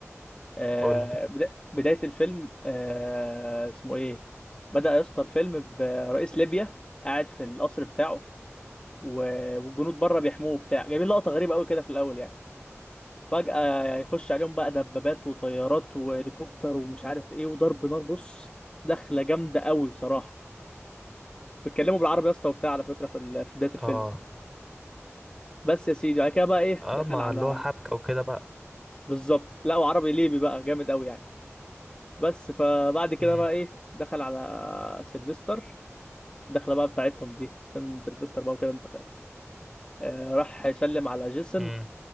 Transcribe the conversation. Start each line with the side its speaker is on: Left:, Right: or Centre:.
Left: آه،
Centre: قول لي
Left: بدا- بداية الفيلم آه، اسمه ايه بدأ يا اسطى الفيلم برئيس ليبيا قاعد في القصر بتاعه و- والجنود بره بيحموه بتاع جايبين لقطة غريبة قوي كده في الأول يعني فجأة يخش عليهم بقى دبابات وطيارات وهليكوبتر ومش عارف ايه وضرب نار بص دخلة جامدة قوي صراحة بيتكلموا بالعربي يا اسطى وبتاع على فكرة في ال- في بداية الفيلم
Centre: اه
Left: يعني. بس يا سيدي بعد كده بقى ايه
Centre: اه
Left: دخل
Centre: ما
Left: على
Centre: اللي هو حبكة وكده بقى
Left: بالظبط لقوا عربي ليبي بقى جامد قوي يعني بس فبعد كده
Centre: امم
Left: بقى ايه دخل على سيلفستر الدخله بقى بتاعتهم دي عشان سيلفستر بقى وكده انت فاهم آه راح يسلم على جيسون
Centre: امم